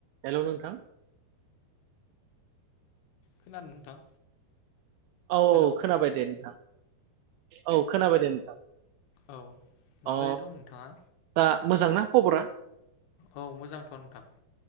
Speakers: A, on the right; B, on the left.
A: Hello नोंथां।
B: खोनादों नोंथां
A: औ
B: हेलौ
A: औ खोनाबाय दे नोंथां औ खोनाबाय दे नोंथां
B: औ माबोरै
A: अ
B: दं नोंथाङा
A: दा मोजांना खबरा?
B: औ मोजांथ' नोंथां <inaudible>